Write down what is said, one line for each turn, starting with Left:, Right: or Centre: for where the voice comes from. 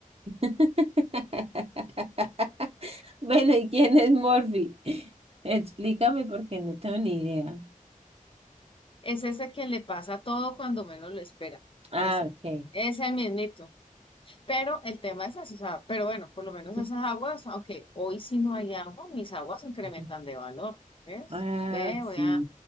Right: <laughs> Bueno, ¿y quién es Morphy? <laughs> Explícame porque no tengo ni idea.
Left: Es ese que le pasa todo cuando menos lo espera.
Right: Ah,
Left: Ese,
Right: ok.
Left: ese mismito. Pero el tema es así, o sea, pero bueno, por lo menos
Right: <sniffs>
Left: esas aguas, aunque hoy sí no hay agua, mis aguas incrementan
Right: Ujú.
Left: de valor, ¿ves?
Right: Ah,
Left: Ve,
Right: sí,
Left: voy a,